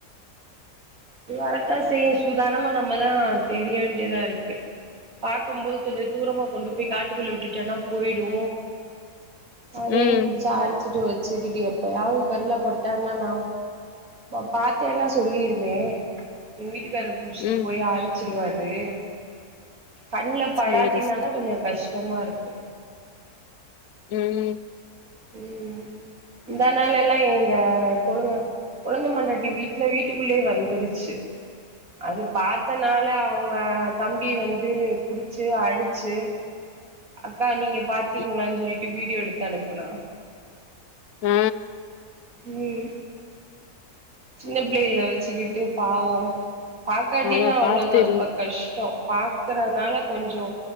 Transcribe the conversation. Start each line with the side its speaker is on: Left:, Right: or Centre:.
Right: இது வரத்தா செய்யு சூதானமா நம்மதா தெரிய வேண்டியதா இருக்கு பாக்கம் போது கொஞ்சோ தூரமா கொண்டு போய் காட்டுக்குள்ள விட்டுட்டோனா போயிடோ அதயே
Left: ம்,
Right: புடிச்ச அடிச்சிட்டு வ சை குட்டி எப்பயாவுது கண்லப் பட்டான்னா நா ப பாத்தேனா சொல்லீர்வே இன்னிட்டு காரர் புடிச்சிட்டு
Left: ம்.
Right: போய் அழிச்சிர்வார் ரே கண்ல படாட்டின்னா
Left: சரி, சரி.
Right: தா கொஞ்சோ கஷ் தமா இருக்கோ
Left: உம்
Right: உம் முந்தா நாளெல்லா எங்க கொழுங்க கொழுந்த பொண்டாட்டி வீட்ல வீட்டுக்குள்ளயே வந்திருச்சு அது பாத்தனால அவுங்க தம்பி வந்து புடிச்சு அடிச்சு அக்கா நீங்க பாத்தீங்ளான்னு
Left: ம்.
Right: சொல்லிட் வ் வீடியோ எடுத்து அனுப்புனா
Left: ஆ
Right: உம் சின்னப் பிளேகள வ <unintelligible>
Left: ம்.
Right: பாவோ பாக்காட்டினா
Left: ஆமா
Right: அவ்ளோதா
Left: பார்த்து இருங்க.
Right: ரொம்ப கஷ்டோ பாத்தரனால கொஞ்சோ